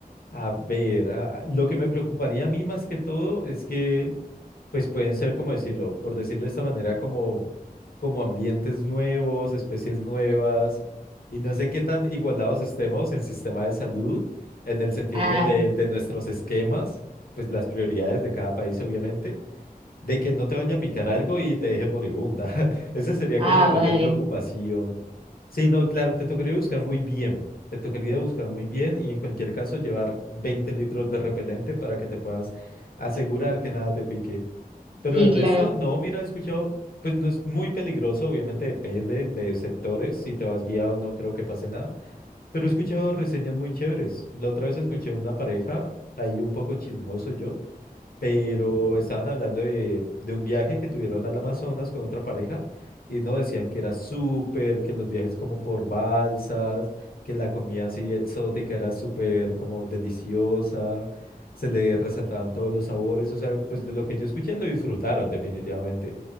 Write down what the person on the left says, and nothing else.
a ver, a- a- lo que me preocuparía a mí más que todo es que, pues pueden ser, como decirlo, por decirlo de esta manera, como, como ambientes nuevos, especies nuevas, y no sé qué tan igualados estemos en sistema de salud, en el sentido,
pues, de, de nuestros esquemas, pues las prioridades de cada país, obviamente. De que no te vaya a picar algo y te deje moribunda. <laughs> Esa sería como
la mayor
preocupación. Sí, no, claro, te tocaría buscar muy bien. Te tocaría buscar muy bien y en cualquier caso llevar 20 litros de repelente para que te puedas asegurar que nada te pique. Pero
el
resto, no, mira, he escuchado, pues no es muy peligroso, obviamente depende de sectores. Si te vas guiado, no creo que pase nada. Pero he escuchado reseñas muy chéveres. La otra vez escuché una pareja, ahí un poco chismoso yo pero estaban hablando de, de un viaje que tuvieron al Amazonas con otra pareja y no decían que era súper, que los viajes como por balsas, que la comida así exótica era súper como deliciosa, se le resaltaban todos los sabores, o sea, pues de lo que yo escuché lo disfrutaron definitivamente.